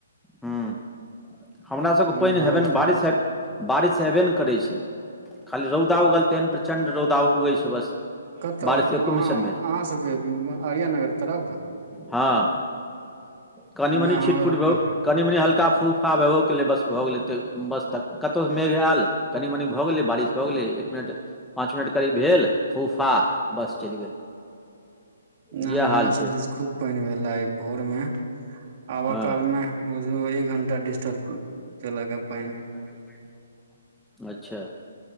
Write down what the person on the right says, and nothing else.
ह
भोर
कतऽ
अहाँ-अहाँ
सबके अरिया नगर तरफ?
नहि हमरा
नै
हमरा
सब दिस खूब पैन भेल आय भोर मे आबा
काल मे बुझियौ एक घंटा डिस्टर्ब केलक ऐ पैन।